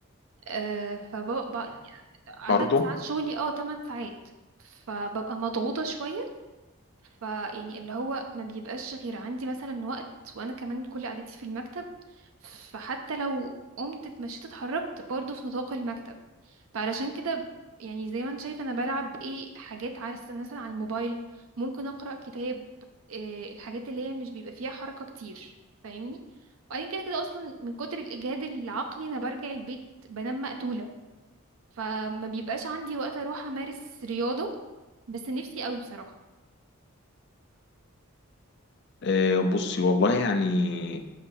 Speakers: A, on the right; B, on the left.
A: آه، فببقى عدد
B: برضه
A: ساعات شغلي اه 8 ساعات فببقى مضغوطه شويه فيعني اللي هو ما بيبقاش غير عندي مثلا وقت وانا كمان كل قعدتي في المكتب فحتى لو قمت اتمشيت اتحركت برضه في نطاق المكتب فعلشان كده ب- يعني زي ما انت شايف انا بلعب ايه حاجات عارف مثلا على الموبايل ممكن اقرا كتاب إيه الحاجات اللي هي مش بيبقى فيها حركه كتير فاهمني وبعدين كده كده اصلا من كتر الاجهاد العقلي انا برجع البيت بنام مقتوله فما بيبقاش عندي وقت اروح امارس رياضه بس نفسي قوي بصراحه
B: آه، بصي والله يعني